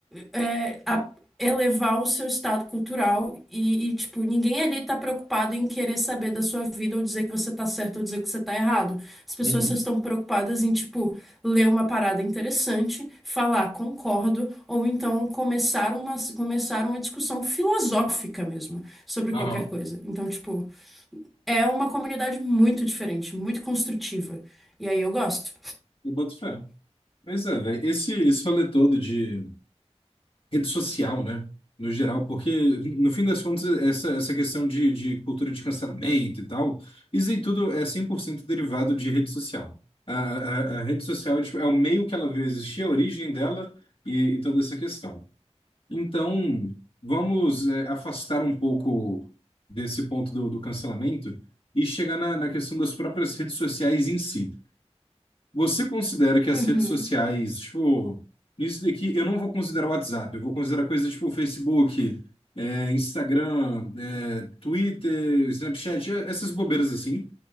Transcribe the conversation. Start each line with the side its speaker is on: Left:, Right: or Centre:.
Centre: é, a- elevar o seu estado cultural e, e, tipo, ninguém ali tá preocupado em querer saber da sua vida ou dizer que você tá certo ou dizer que você tá errado. As pessoas
Left: uhum.
Centre: só estão preocupadas em, tipo, ler uma parada interessante, falar concordo, ou então começar uma, começar uma discussão filosófica mesmo sobre
Left: Aham.
Centre: qualquer coisa. Então, tipo, é uma comunidade muito diferente, muito construtiva. E aí eu gosto.
Left: Eu boto fé. Pois é, velho. Esse, esse rolê todo de rede social, né? No geral, porque, no fim das contas, essa, essa questão de, de cultura de cancelamento e tal, isso em tudo é 100% derivado de rede social. A, a, a rede social, tipo, é o meio que ela veio existir, a origem dela e, e toda essa questão. Então, vamos, é, afastar um pouco desse ponto do, do cancelamento e chegar na, na questão das próprias redes sociais em si. Você considera que as
Centre: Uhum.
Left: redes sociais, tipo, nisso daqui eu não vou considerar o WhatsApp, eu vou considerar coisas tipo Facebook, é, Instagram, é, Twitter, Snapchat, é, essas bobeiras assim.